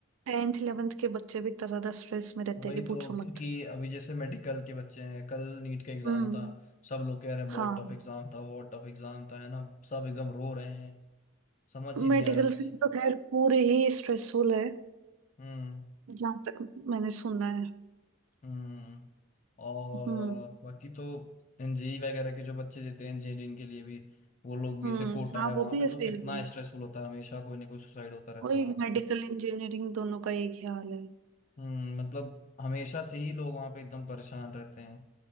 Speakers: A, on the right; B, on the left.
A: टेंथ इलेवेंथ के बच्चे भी इतना ज्यादा स्ट्रेस में रहते
B: वही
A: हैं कि
B: तो
A: पूछो मत
B: क्योंकि अभी जैसे मेडिकल के बच्चे हैं कल नीट का एग्जाम
A: हम्म
B: था सब लोग कह रहे हैं बहुत
A: हाँ
B: टफ एग्जाम था बहुत टफ एग्जाम था है ना सब एकदम रो रहे हैं समझ ही नहीं
A: मेडिकल
B: आ रहा किसी
A: फील्ड तो खैर पूरे ही स्ट्रेसफुल है
B: हम्म
A: जहाँ तक मैंने सुना है
B: हम्म और
A: हम्म
B: अ, बाकी तो एनजीई वगैरह के जो बच्चे देते हैं इंजीनियरिंग के लिए भी वो लोग भी
A: हम्म
B: जैसे कोटा
A: हाँ
B: है
A: वो
B: वहां
A: भी
B: पे
A: ऐसे
B: तो कितना
A: ही है
B: स्ट्रेसफुल होता है हमेशा कोई ना कोई सुसाइड होता रहता
A: वही
B: है वहां पर
A: मेडिकल
B: तो
A: इंजीनियरिंग दोनों का एक ही हाल है
B: हम्म मतलब हमेशा से ही लोग वहां पे एकदम परेशान रहते हैं